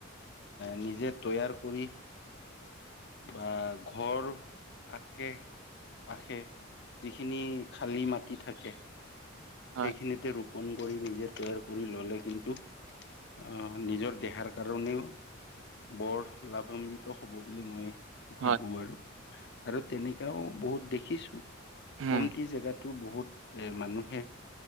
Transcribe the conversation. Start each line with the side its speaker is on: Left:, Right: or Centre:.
Left: নিজে তৈয়াৰ কৰি। বা ঘৰ আশে পাশে যিখিনি খালী মাটি থাকে।
Right: হয়,
Left: সেইখিনিতে ৰোপন কৰি নিজে তৈয়াৰ কৰি ললে, কিন্তু অ', নিজৰ দেহাৰ কাৰণেও বৰ লাভান্বিত হ'ব বুলি মই
Right: হয়,
Left: ভাবো আৰু, আৰু তেনেকাও বহুত দেখিছো,
Right: উম,
Left: কমটি জেগাত। তো বহুত এ মানুহে